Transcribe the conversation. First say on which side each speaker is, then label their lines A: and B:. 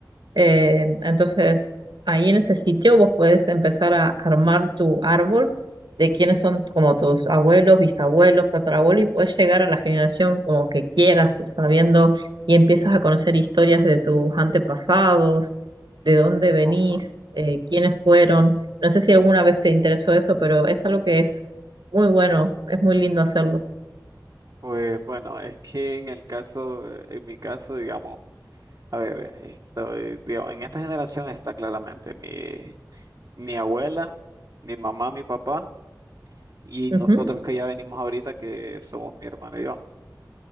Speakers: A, on the right; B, on the right.
A: Eh, entonces, ahí en ese sitio vos podés empezar a armar tu árbol de quiénes son como tus abuelos, bisabuelos, tatarabuelos, y puedes llegar a la generación como que quieras, sabiendo, y empiezas a conocer historias de tus antepasados, de dónde venís,
B: o-
A: eh, quiénes fueron. No sé si alguna vez te interesó eso, pero es algo que es muy bueno, es muy lindo hacerlo.
B: pues bueno, es que en el caso, en mi caso, digamos, a ver, estoy, digamos, en esta generación está claramente mi, mi abuela, mi mamá, mi papá y
A: Ujú,
B: nosotros que ya venimos ahorita que somos mi hermano y yo,